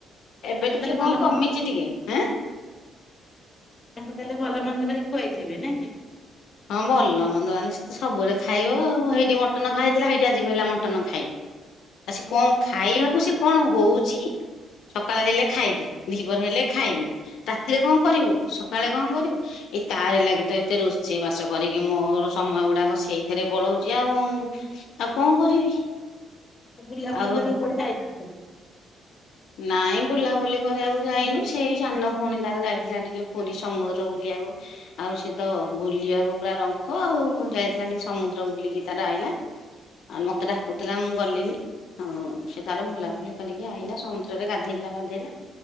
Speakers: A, on the left; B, on the left.
A: ଏବେ ଟିକେ
B: ତାହେଲେ ଭଲ
A: କଁ
B: ମନ୍ଦ
A: କମିଚି
B: କରି
A: ଟିକେ ଆଁ।
B: ତାଙ୍କୁ ତାଲେ ଭଲ ମନ୍ଦ କରି ଖୁଆଇଥିବେ ନାକି?
A: ହଁ ଭଲ ମନ୍ଦ ମାନେ ସେ ତ ସବୁବେଳେ ଖାଇବ ହେଇଟି ମଟନ ଖାଇଥିଲା ହେଇଠି ଆଜି କହିଲା ମଟନ ଖାଇ ଆ ସେ କଁ ଖାଇବାକୁ ସେ କଣ ହଉଚି ସକାଳ ହେଲେ ଖାଇବି ଦିଃ ବର୍ ହେଲେ ଖାଇବି ରାତିରେ କଁ କରିବୁ ସକାଳେ କଁ କରିବୁ ଏଇ ତାରି ଲାଗି ତ ଏତେ ରୋଷ୍ ଷେଇ ବାସ କରିକି ମୋର ସମୟ ଗୁଡ଼ାକ ସେଇଥିରେ ପଳଉଚି ଆଉ। ତାଉ କଁ କରିବି?
B: <unintelligible> ବୁଲାବୁଲି
A: ଆଉ
B: କରିବାକୁ କୁଆଡ଼େ ଯାଇନଥି
A: ନାଇଁ ବୁଲାବୁଲିକରି ଆକୁ ଯାଇନୁ ସେଇ ସାନ ଭଉଣୀ ତାର ଯାଇଥିଲା ଟିକେ ପୁରୀ ସମୁଦ୍ର ବୁଲିଆକୁ। ଆଉ ସେ ତ ବୁଲିବାକୁ ପୁରା ରଙ୍କ ଆଉ ଯାଇଥିଲା ଟି ସମୁଦ୍ର ବୁଲିକି ତାର ଆଇଲା। ଆ <unintelligible> ମତେ ଡ଼ାକୁତୁଲା ମୁଁ ଗଲିନି ଆଉ ସେ ତାର ବୁଲାବୁଲି କରିକି ଆଇଲା ସମୁ ଦ୍ରରେ ଗାଧେଇଲା ପାଧେଇଲା।